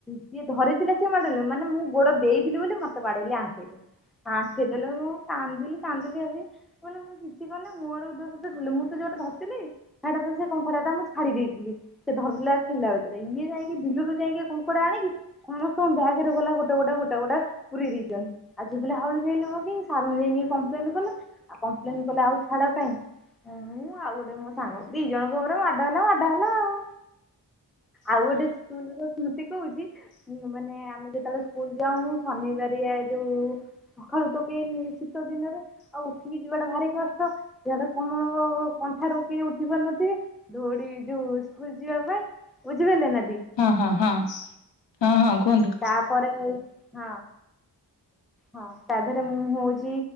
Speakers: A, in the centre; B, on the left.
A: କିଏ ଧରିଥିଲା ସିଏ ମାଡେଇଲ ମାନେ ମୁଁ ଗୋଡ ଦେଇଥିଲି ବୋଲି ମତେ ବାଡେଇଲି ଆଣ୍ଠେଇଲେ ଆଣ୍ଠେଇ ଦେେଲେ ମୁଁ କାନ୍ଦିଲି କାନ୍ଦିଲି ଆ କେ ମୁଁ କିଛି କରିନେଇ ମୋ ଆଡେ ଦୋଷଦେଇଦେଲେ ମୁଁ ତ ଯୋଉଟା ଧରିଥିଲି ସେଟା ସେ କଙ୍କଡା ଟା ମୁଁ ଛାଡି ଦେଇଥିଲି ସେ ଧର ଖେଳିଲା ଭିତରେ ଇଏ ଯାଇକି ବିଲରୁ ଯାଇ କଙ୍କଡା ଆଣିକି ସମସ୍ତଙ୍କୁ ବ୍ୟାଗ ରେ ଗଲା ଗୋଟେ ଗୋଟେ ଗୋଟେ ଗୋଟେ ପୁରେଇ ଦେଇଛନ୍ତି ଆଜି ଝିଅ ପିଲା ହାଉଳି ଖାଇ ସାର୍ ଙ୍କୁ ଯାଇକି କଂପ୍ଲେନ୍ କଲେ। ଆଉ କମ୍ପଲେନ କଲେ ଆଉ ଛାଡ କାହିଁଁ ଆଉ ଗୋଟେ ମୋ ସାଙ୍ଗ ଦି ଜଣଙ୍କ ଉପରେ ମାଡ ହେଲା ମାଡ ହେଲା ଆଉ ଆଉ ଗୋଟେ ସ୍କୁଲ ର ସ୍ମୃତି କହୁଛି ମାନେ ଆମେ ଯେତେବେଳେ ସ୍କୁଲ ଯାଉ ଶନିବାର ଯୋଉ ସକାଳୁ ତ କେଇନି ଶୀତ ଦିନରେ ଆଉ ଉଠିକି ଯିବାଟା ଭାରି କଷ୍ଟ ଜାଡ କମଳ କନ୍ଥାରୁ କେହି ଉଠି ପାରୁନଥିବେ ଦୌଡି ଯୋଉ ସ୍କୁଲ ଯିବା ପାଇଁ ବୁଝିପାରିଲେ ନାଁ,?
B: ହଁ ହଁ ହଁ ହଁ ହଁ କୁହନ୍ତୁ?
A: ତାପରେ ହଁ। ହଁ ତା ଦେହରେ ମୁଁ ହଉଛି